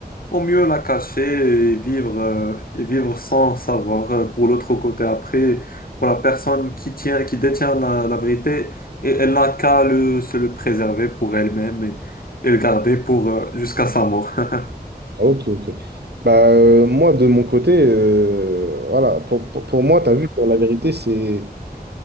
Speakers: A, on the left (about 60°); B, on the right (about 85°).
A: Au mieux la cacher et vivre, euh, et vivre sans savoir euh, pour l'autre côté. Après, pour la personne qui tient, qui détient la, la vérité, et elle n'a qu'à le, se le préserver pour elle-même et, et le garder pour, euh, jusqu'à sa mort. <laughs>
B: Ok, ok. Bah, euh, moi, de mon côté, euh, voilà, pour, pour, pour moi, tu as vu que la vérité, c'est